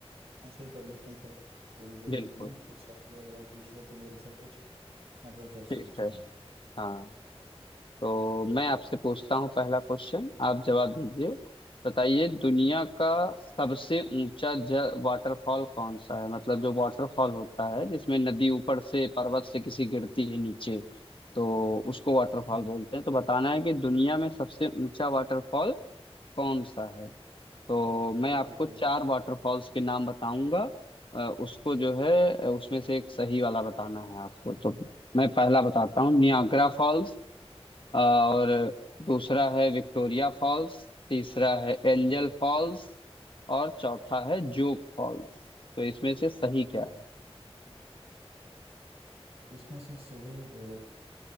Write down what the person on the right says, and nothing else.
ऐसे ही कर लेते हैं चल थोड़ी देर
के लिए ना कुछ सवाल वगैरह पूछ ले तू मेरे से पूछ मैं फिर तेरे से
पूछता
हूँ
हम्म,
ठीक है
ठीक
ठीक
ठीक है
इसमें से सही है